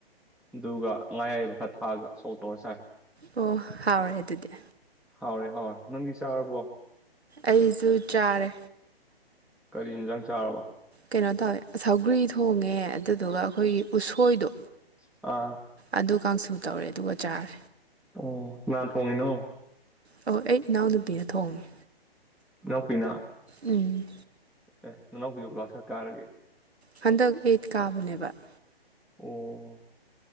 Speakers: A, in the centre; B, on the right.
A: ꯑꯗꯨꯒꯥ ꯉꯥ ꯑꯌꯥꯏꯕ ꯈꯔ ꯊꯥꯛꯑꯒ ꯁꯣꯛ ꯇꯧꯔ ꯆꯥꯏ
B: ꯑꯣ ꯍꯥꯎꯔꯦ ꯑꯗꯨꯗꯤ
A: ꯍꯥꯎꯔꯦ ꯍꯥꯎꯦ ꯅꯪꯗꯤ ꯆꯥꯔꯕꯣ
B: ꯑꯩꯁꯨ ꯆꯥꯔꯦ
A: ꯀꯔꯤ ꯏꯟꯖꯥꯡ ꯆꯥꯔꯕ
B: ꯀꯩꯅꯣ ꯇꯧꯋꯦ ꯁꯧꯒ꯭ꯔꯤ ꯊꯣꯡꯉꯦ ꯑꯗꯨꯗꯨꯒ ꯑꯩꯈꯣꯏꯒꯤ ꯎꯁꯣꯏꯗꯣ
A: <inaudible> ꯑꯥ
B: ꯑꯗꯨ ꯀꯥꯡꯁꯨ ꯇꯧꯔꯦ ꯑꯗꯨꯒ ꯆꯥꯔꯦ
A: ꯑꯣ ꯀꯅꯥꯟ ꯊꯣꯡꯉꯤꯅꯣ
B: ꯑꯣ ꯑꯩ ꯏꯅꯥꯎ ꯅꯨꯄꯤꯅ ꯊꯣꯡꯉꯦ
A: ꯏꯅꯥꯎꯄꯤꯅ
B: ꯎꯝ
A: ꯑꯦ ꯅꯅꯥꯎ ꯅꯨꯄꯤꯗꯣ ꯀꯂꯥꯁ ꯀꯌꯥ ꯀꯥꯔꯒꯦ
B: ꯍꯟꯗꯛ ꯑꯩꯏꯠ ꯀꯥꯕꯅꯦꯕ ꯕ
A: ꯑꯣ